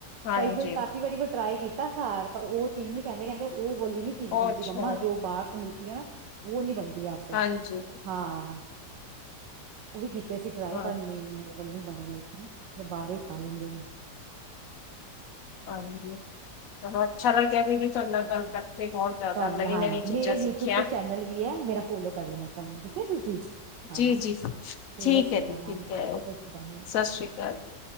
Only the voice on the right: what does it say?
ਕਈ ਵਾਰੀ ਕਾਫੀ ਵਾਰੀ ਮ ਟਰਾਈ ਕੀਤੀ। ਤਾਂ ਸ਼ਾਰ ਪਰ ਉਹ ਚੀਜ਼ ਨੀ ਕਹਿੰਦੇ ਕਹਿੰਦੇ ਉਹ ਬੋਲੀ ਨੀ। ਚੀਜ਼
ਬਣਦੀ
ਮੰਮਾ ਜੋ ਬਾਹਰ ਸੇ ਮਿਲਤੀ ਹੈ, ਨਾ ਉਹ ਨੀ ਬਣਦੀ ਆਪਸੇ।
ਹਾਂ ਉਹ ਵੀ ਕੀਤੇ ਅਸੀ ਟਰਾਏ
ਕਰ ਲੈਈਏ। ਘਰ ਵੀ ਬਣੇ ਹੋਏ ਤੇ ਬਾਹਰੋਂ ਵੀ ਖਾ ਲੈਂਦੇ।
ਤੁਹਾਡਾ
ਨਾਲ ਹਾਂਜੀ,
ਮੇਰਾ ਯੂਟਿਊਬ
ਤੇ ਚੈਨਲ ਵੀ ਆ ਮੇਰਾ ਫੋਲੋ ਕਰ ਲੈਣਾ, ਠੀਕ ਹੈ ਤੁਸੀਂ ਹਾਂ
ਸਤਿ
ਸ਼੍ਰੀ
ਅਕਾਲ
ਸਤਿ
ਸ਼੍ਰੀ ਅਕਾਲ